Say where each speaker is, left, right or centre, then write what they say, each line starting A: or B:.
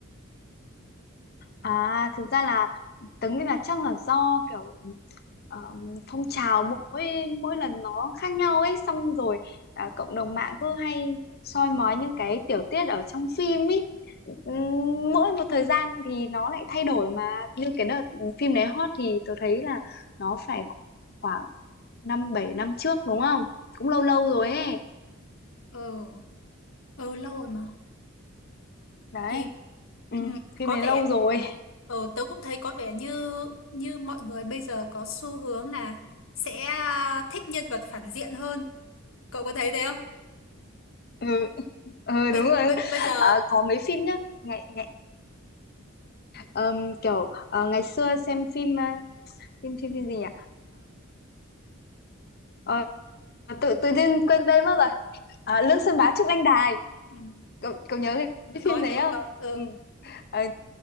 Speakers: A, on the left; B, on the left.
A: à thực ra là tớ nghĩ là chắc là do kiểu ờ, phong trào mỗi mỗi lần nó khác nhau ấy xong rồi à, cộng đồng mạng cứ hay soi mói những cái tiểu tiết ở trong phim ấy Ừm, mỗi một thời gian thì nó lại thay đổi mà như cái đợt phim đấy hot thì tôi thấy là nó phải khoảng năm bảy năm trước đúng không cũng lâu lâu rồi ấy
B: ừ ừ lâu rồi mà
A: đấy
B: thì
A: ừ,
B: ừ,
A: phim
B: có
A: này
B: vẻ
A: lâu rồi <laughs>
B: ừ, tớ cũng thấy có vẻ như như mọi người bây giờ có xu hướng là sẽ ờ, thích nhân vật phản diện hơn cậu có thấy thế không
A: ừ, ừ
B: bây
A: đúng rồi
B: bây bây giờ
A: Ờ, có mấy phim nhá ngày, ngày ờm, kiểu ờ, ngày xưa xem phim ờ, phim phim phim gì nhỉ Ờ, tự tự nhiên quên tên mất rồi à, Lương Xuân Bá Trúc Anh Đài
B: Ừ.
A: cậu cậu nhớ cái, cái
B: có
A: phim đấy
B: chứ
A: không
B: có ừ.
A: ừ. Ờ,